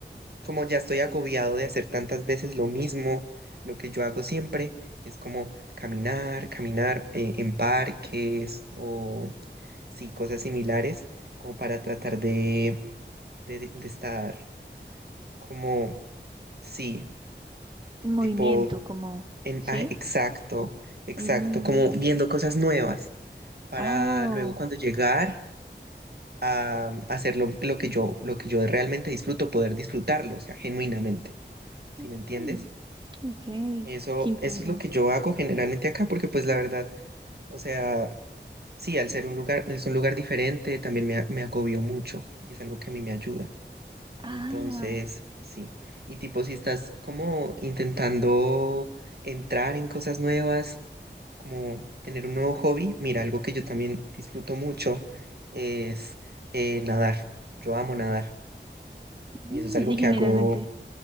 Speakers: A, on the right (about 60°); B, on the right (about 25°).
A: como ya estoy agobiado de hacer tantas veces lo mismo, lo que yo hago siempre es como caminar, caminar eh, en parques o sí, cosas similares, como para tratar de, de, de estar como, sí,
B: Movimiento,
A: tipo,
B: como,
A: en,
B: ¿sí?
A: ah, exacto, exacto,
B: Mm,
A: como viendo cosas nuevas para
B: Oh,
A: luego cuando llegar a mm, hacer lo, lo que yo, lo que yo realmente disfruto, poder disfrutarlo, o sea, genuinamente, ¿sí
B: mm,
A: me entiendes?
B: ok.
A: Eso,
B: Qué interesante.
A: eso es lo que yo hago generalmente acá, porque pues la verdad, o sea, sí, al ser un lugar, es un lugar diferente, también me, a- me agobió mucho y es algo que a mí me ayuda.
B: Ah.
A: Entonces, sí. Y tipo, si estás como intentando entrar en cosas nuevas, como tener un nuevo hobby, mira, algo que yo también disfruto mucho es eh, nadar. Yo amo nadar
B: Mm,
A: y eso es algo
B: Y
A: que
B: generalmente,
A: hago,